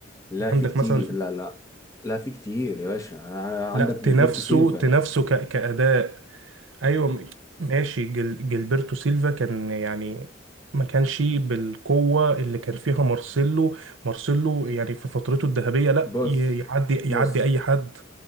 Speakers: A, on the left; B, on the right.
A: لا في
B: عندك
A: كتير
B: مثلا
A: لا لا لا في كتير يا باشا ع-
B: لا
A: عندك جilberto
B: تنافسه
A: سيلفا
B: تنافسه ك- كاداء ايوه م- ماشي جل جilberto سيلفا كان يعني ما كانش بالقوة اللي كان فيها مارسيلو مارسيلو يعني في فترته الذهبية لا
A: بص
B: ي- يعدي يعدي
A: بص
B: أي حد